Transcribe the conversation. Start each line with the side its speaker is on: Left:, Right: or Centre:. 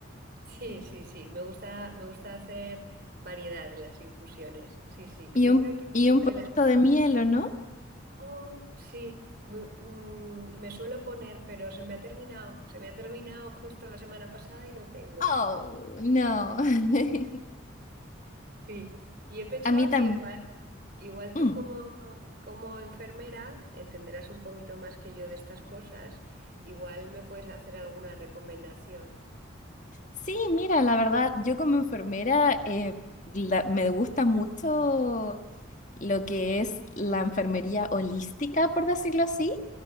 Right: Sí, sí, sí, me gusta, me gusta hacer variedad en las infusiones. Sí, sí,
Left: Y
Right: yo
Left: un,
Right: creo que
Left: y
Right: entre
Left: un poquito
Right: las...
Left: de miel, ¿o no?
Right: Oh, sí, me, mm, me suelo poner, pero se me ha terminado, se me ha terminado justo la semana pasada y no tengo.
Left: Oh, no. <laughs>
Right: Sí, y he pensado
Left: A mí también.
Right: que Igual tú
Left: Mm.
Right: como, como enfermera entenderás un poquito más que yo de estas cosas, igual me puedes hacer alguna recomendación.
Left: Sí, mira, la verdad, yo como enfermera eh, la- me gusta mucho lo que es la enfermería holística, por decirlo así,